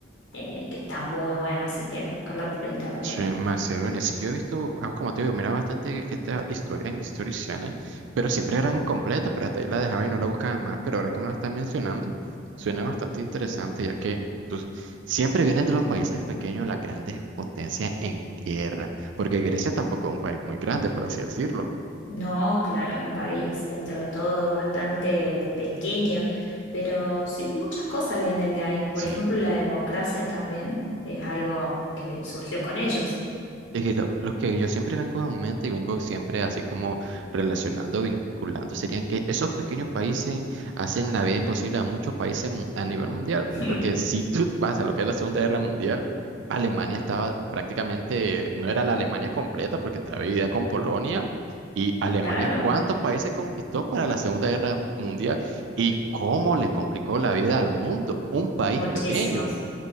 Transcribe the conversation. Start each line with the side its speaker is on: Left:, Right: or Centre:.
Left: eh, que está muy buena si quieres buscarla por internet.
Right: Sí, Macedonia. Sí, yo he visto, ah, como te digo, miraba bastante que esta historia en History Channel, pero siempre eran completas, pero hasta ahí la dejaba y no la buscaba más. Pero ahora que me lo estás mencionando, suena bastante interesante, ya que pues, siempre vienen de los países pequeños las grandes potencias en guerra, porque Grecia tampoco es un país muy grande, por así decirlo.
Left: No, claro, un país dentro de todo bastante pequeño, pero sí, muchas cosas vienen de ahí. Por
Right: Sí,
Left: ejemplo, la democracia también es algo que surgió con ellos.
Right: Y lo, lo que yo siempre vengo en mente y vengo siempre así como relacionando, vinculando, serían que esos pequeños países hacen la vida imposible a muchos países mu- a nivel mundial.
Left: <laughs>
Right: Porque si tú vas a lo que es la Segunda Guerra Mundial, Alemania estaba prácticamente, no era la Alemania completa porque estaba dividida con Polonia. Y Alemania,
Left: Claro,
Right: ¿cuántos países conquistó para la Segunda Guerra Mundial? ¿Y cómo le complicó la vida al mundo? Un país
Left: muchísimos,
Right: pequeño.